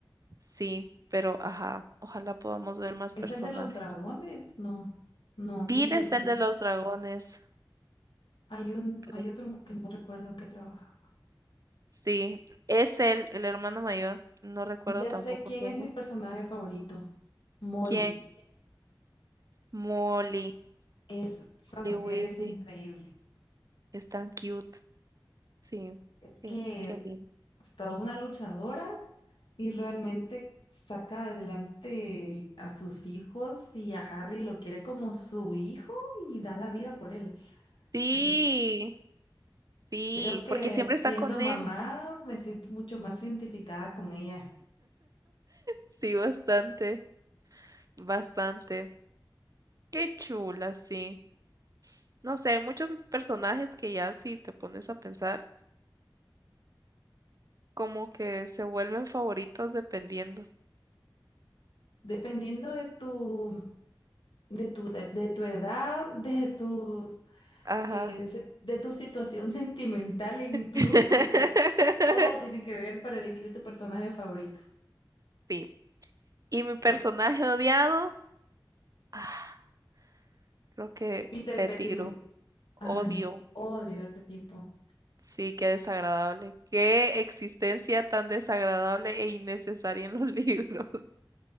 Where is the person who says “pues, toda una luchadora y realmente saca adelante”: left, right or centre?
Left